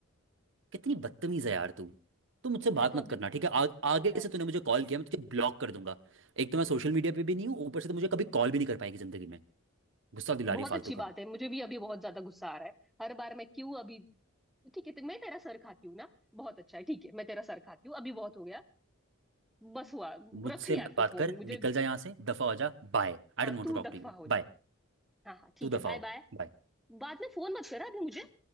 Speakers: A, on the right; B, in the centre.
A: कितनी बदतमीज है यार तू तू मुझसे
B: मुझे
A: बात
B: तो
A: मत
B: अभी
A: करना ठीक है आ, आगे
B: दैट्स
A: से तूने
B: इट
A: मुझे कॉल किया मैं तुझे ब्लॉक कर दूंगा एक तो मैं सोशल मीडिया पे भी नहीं हूँ ऊपर से तो मुझे कभी कॉल भी नहीं कर पाएगी जिंदगी में गुस्सा दिला
B: बहुत
A: रही है फालतू
B: अच्छी
A: का
B: बात है मुझे भी अभी बहुत ज्यादा गुस्सा आ रहा है हर बार मैं क्यों अभी ठीक है तो मैं तेरा सर खाती हूँ ना बहुत अच्छा है ठीक है मैं तेरा सर खाती हूँ अभी बहुत हो गया बस हुआ
A: मुझसे
B: रख यार
A: मत
B: तू
A: बात
B: फोन
A: कर
B: मुझे
A: निकल जा यहाँ से दफा हो जा Bye I
B: हाँ
A: don't want
B: तू
A: to talk
B: दफा
A: to you
B: हो जा
A: Bye
B: हाँ हाँ ठीक
A: तू
B: है
A: दफा
B: बाय
A: हो
B: बाय
A: Bye.
B: बाद में फोन मत करा अभी मुझे